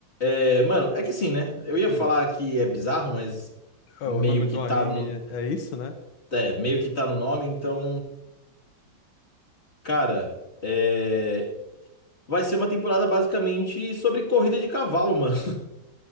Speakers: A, on the left (about 35°); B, on the left (about 85°).
A: É, mano, é que assim, né? Eu ia
B: hum.
A: falar que é bizarro, mas
B: É,
A: meio
B: o nome do
A: que tá
B: anime
A: no,
B: é isso, né?
A: é, meio que tá no nome, então, cara, é, vai ser uma temporada basicamente sobre corrida de cavalo, mano.